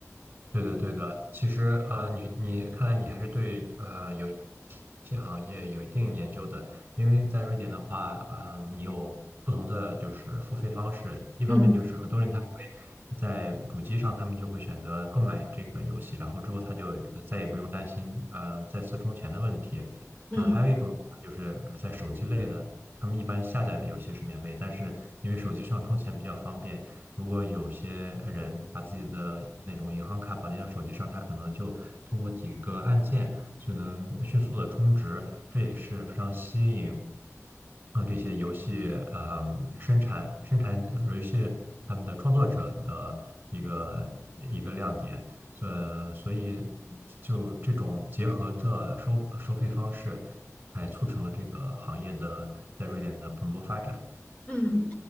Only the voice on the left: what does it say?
嗯
嗯。
嗯，